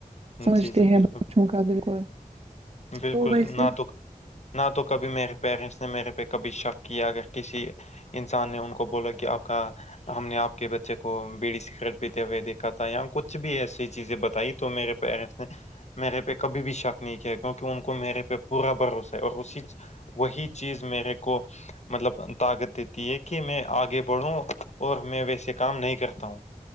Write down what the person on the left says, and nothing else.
ہوں،
جی جی
بالکل
بالکل
ناں تو نان تو کبھی میرے پیرنٹس نے میرے پہ کبھی شک کیا اگر کسی انسان نے ان کو بولا کہ آپ کا ہم نے آپ کے بچے کو بیڑی سکریٹ پیتے ہوئے دیکھا تھا یا کچھ بھی ایسی چیزیں بتائی تو میرے پیرنٹس نے میرے پہ کبھی بھی شک نہیں کیا کیونکہ ان کو میرے پہ پورا بھروسہ ہے اور اسی وہی چیز میرے کو مطلب طاقت دیتی ہے کہ میں آگے بڑھوں اور میں ویسے کام نہیں کرتا ہوں